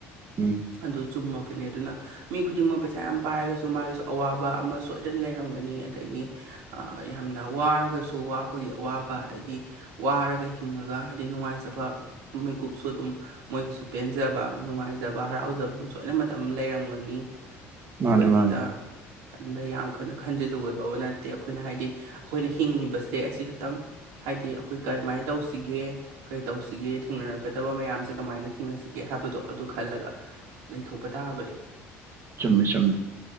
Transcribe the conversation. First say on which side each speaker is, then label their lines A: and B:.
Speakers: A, on the right; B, on the right.
A: ꯎꯝ
B: ꯑꯗꯨ ꯆꯨꯝꯃꯕꯅꯤ ꯑꯗꯨꯅ ꯃꯤ ꯈꯨꯗꯤꯡꯃꯛ ꯄꯩꯁꯥ ꯌꯥꯝ ꯄꯥꯏꯔꯒꯁꯨ ꯃꯥꯒꯤꯁꯨ ꯑꯋꯥꯕ ꯑꯃ ꯁꯣꯏꯗꯅ ꯂꯩꯔꯝꯒꯅꯤ ꯑꯗꯒꯤ ꯌꯥꯝꯅ ꯋꯥꯔꯒꯁꯨ ꯋꯥꯕꯒꯤ ꯑꯋꯥꯕ ꯑꯗꯒꯤ ꯋꯥꯔꯒ ꯍꯤꯡꯉꯒ ꯍꯥꯏꯗꯤ ꯅꯨꯡꯉꯥꯏꯖꯕ ꯃꯤꯀꯨꯞꯁꯨ ꯑꯗꯨꯝ ꯃꯣꯏꯒꯤꯁꯨ ꯄꯦꯟꯖꯕ ꯅꯨꯡꯉꯥꯏꯖꯕ ꯍꯔꯥꯎꯖꯕ ꯁꯣꯏꯅ ꯃꯇꯝ ꯂꯩꯔꯝꯒꯅꯤ ꯑꯗꯨꯒ
A: ꯃꯥꯅꯦ
B: ꯍꯦꯛꯇ
A: ꯃꯥꯅꯦ
B: ꯑꯗꯨꯗ ꯌꯥꯝ ꯀꯟꯅ ꯈꯟꯖꯤꯜꯂꯨꯒꯗꯧꯕ ꯅꯠꯇꯦ ꯑꯩꯈꯣꯏꯅ ꯍꯥꯏꯗꯤ ꯑꯩꯈꯣꯏꯅ ꯍꯤꯡꯉꯤꯕꯁꯦ ꯑꯁꯤ ꯈꯤꯇꯪ ꯍꯥꯏꯗꯤ ꯑꯩꯈꯣꯏ ꯀꯔꯝꯃꯥꯏꯅ ꯇꯧꯁꯤꯒꯦ ꯀꯩ ꯇꯧꯁꯤꯒꯦ ꯊꯦꯡꯅꯔꯛꯀꯗꯕ ꯃꯌꯥꯝꯁꯦ ꯀꯃꯥꯏꯅ ꯊꯦꯡꯅꯁꯤꯒꯦ ꯍꯥꯏꯕꯗꯣ ꯑꯗꯨ ꯈꯜꯂꯒ ꯂꯩꯊꯣꯛꯄ ꯇꯥꯕꯅꯤ
A: ꯆꯨꯝꯃꯤ ꯆꯨꯝꯃꯤ